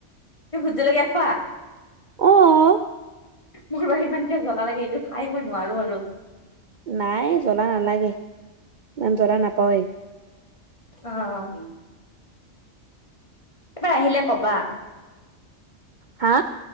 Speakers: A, on the left; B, on the right.
A: তুমি ভুটজলকীয়া খোৱা।
B: আহ।
A: মোৰ বা ইমানকে জ্বলা লাগে এইটো খাই মই নোৱাৰো আৰু।
B: নাই জ্বলা নালাগে, ইমান জ্বলা নাপাওে।
A: অ' এবাৰ আহিলে কবা।
B: হা